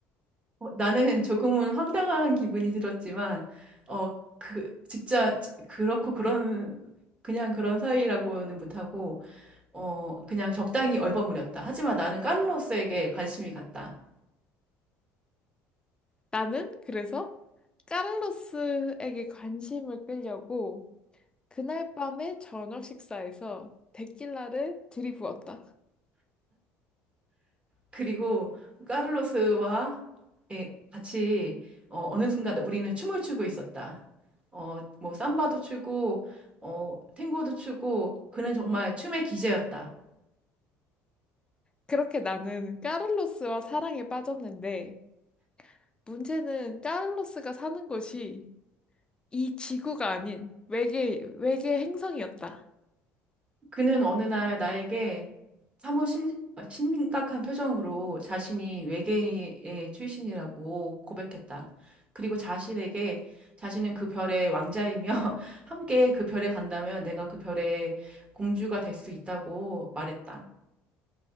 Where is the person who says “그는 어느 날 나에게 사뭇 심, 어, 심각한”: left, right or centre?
Right